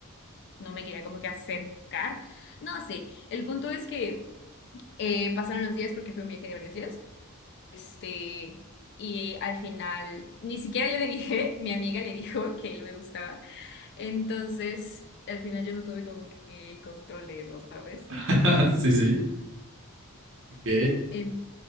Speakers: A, on the left (about 50°); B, on the right (about 60°).
A: no me quería como que acercar. No sé, el punto es que eh, pasaron los días porque fue un viaje de varios días. Este, y al final, ni siquiera yo le dije, <laughs> mi amiga le dijo que él me gustaba. Entonces, al final yo no tuve como que el control de eso, ¿sabes?
B: <laughs> Sí, sí. Ok,
A: Em,